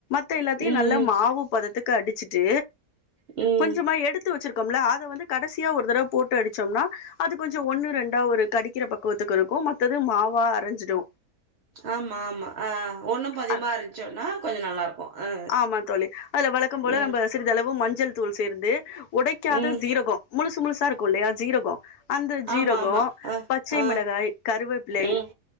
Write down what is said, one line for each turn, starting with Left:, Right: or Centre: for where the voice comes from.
Left: து எல்லாத்தியு
Right: ம்
Left: நல்லா மாவு பதத்துக்கு அடிச்சுட்டு
Right: ம் ம்
Left: கொஞ்சமா எடுத் து வெச்சிருக்கோம்ல அத வந்து கடசியா ஒரு தடவ போட்டு அடிச்சோம்னா அது கொஞ்சோ ஒன்னு ரெண்டா ஒரு கடிக்கிற பக் கோத்துக்கு இருக்கு மத்தது மாவா அரைஞ்சுடு
Right: ஆமா ஆமா ஆ ஒன்னு பாதியுமா
Left: அ
Right: அரச்சோன்னா கொஞ்சோ நல்லா இருக்கு ஆ
Left: ஆமா தோழி அத வழக்கபோல
Right: ம்
Left: நம்ப சிறிதளவு மஞ்சள்தூள் சேர்ந்து உடைக்காத
Right: ம்
Left: சீரகோ முழுசு முழுசா இருக்குல்லயா ஜீரகோ அந்த ஜீரகோ
Right: ஆமா ஆமா ஆ
Left: பச்சை
Right: ஆ
Left: மிளகாய் கருவேப்பிலை
Right: ம்